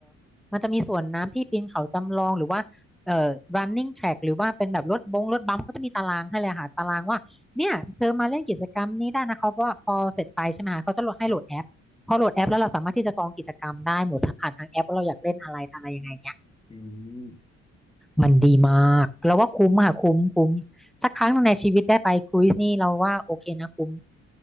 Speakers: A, in the centre; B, on the left.
A: มันจะมีสวนน้ำที่ปีนเขาจำลองหรือว่าเอ่อ running track หรือว่าเป็นแบบรถบงรถบัมป์เขาจะมีตารางให้เลยค่ะตารางว่าเนี่ยเธอมาเล่นกิจกรรมนี้ได้นะเขาเพราะว่าพอเสร็จไปใช่ไหมคะเขาจะโหลดให้โหลดแอปพอโหลดแอปแล้วเราสามารถที่จะจองกิจกรรมได้หมดผ่านทางแอปว่าเราอยากเล่นอะไรอะไรยังไงเงี้ย
B: ครับอืม
A: มันดีมากเราว่าคุ้มค่ะคุ้มคุ้มสักครั้งหนึ่งในชีวิตได้ไปครูซนี่เราว่าโอเคนะคุ้ม